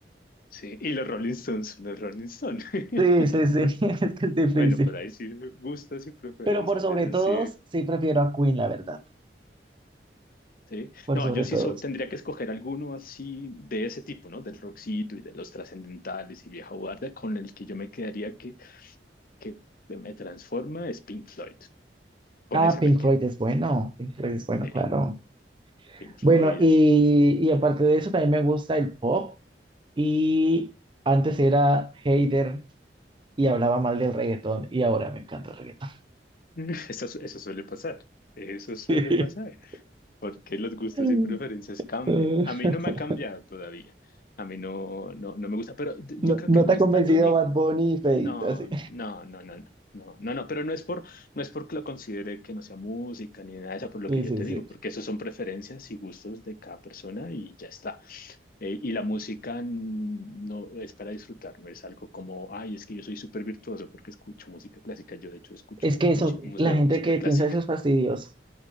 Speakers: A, on the left; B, on the right.
A: Sí, y los Rolling Stones, los Rolling Stones. <laughs>
B: Sí, sí, sí, <laughs> es que es difícil.
A: Bueno, pero ahí sí, gustos y preferencias,
B: Pero por sobre
A: eso
B: todos,
A: sí,
B: sí prefiero a Queen, la verdad,
A: sí.
B: por
A: No,
B: sobre
A: yo sí
B: todos.
A: so- tendría que escoger alguno así de ese tipo, ¿no? Del rockcito y de los trascendentales y vieja guardia, con el que yo me quedaría que, que me transforma es Pink Floyd. Con
B: Ah,
A: ese
B: Pink
A: me quedo.
B: Floyd es bueno, Pink Floyd es bueno,
A: Sí,
B: claro.
A: Pink
B: Bueno,
A: Floyd.
B: y, y aparte de eso, también me gusta el pop. Y antes era hater y hablaba mal del reggaetón, y ahora me encanta el reggaetón.
A: <laughs> Eso, su- eso suele pasar. Eso suele
B: <laughs>
A: pasar. Porque los gustos
B: Sí.
A: y preferencias cambian.
B: Mm.
A: A
B: <laughs>
A: mí no me ha cambiado todavía. A mí no, no, no me gusta, pero d-
B: No,
A: yo creo
B: no
A: que no
B: te ha
A: es
B: convencido
A: tanto ni
B: Bad Bunny y Feid,
A: No,
B: así.
A: no, no, no, no, no, no, no, pero no es por, no es porque lo considere que no sea música ni nada de eso, por lo
B: Sí,
A: que yo
B: sí,
A: te
B: sí.
A: digo, porque eso son preferencias y gustos de cada persona y ya está. Eh, y la música mm, no es para disfrutar, no es algo como, ay, es que yo soy súper virtuoso porque escucho música clásica. Yo, de hecho, escucho
B: Es que eso,
A: muchi- mucha
B: la gente
A: música
B: que
A: clásica.
B: piensa eso es fastidioso.